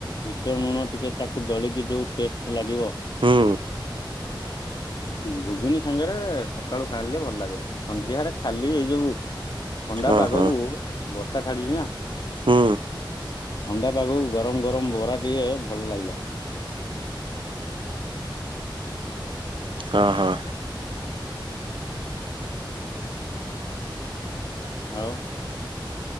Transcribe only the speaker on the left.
ବିଟ ଲୁଣ ଟିକେ ତାକୁ ଦଳିକି ଯେଉଁ ଟେଷ୍ଟ୍ ଲାଗିବ
ଘୁଗୁନି ସାଙ୍ଗରେ ସକାଳୁ ଖାଣିଲେ ଭଲ ଲାଗେ। ସନ୍ଧ୍ୟାରେ ଖାଲି ଏଇ ଯୋଉ ଥଣ୍ଡା
ପାଗକୁ,
ବର୍ଷା ଛାଡିଛି ନା?
ଥଣ୍ଡା ପାଗକୁ ଗରମ ଗରମ ବରା ଟିକେ, ଭଲ ଲାଗିଲା।
<unintelligible> ଆଉ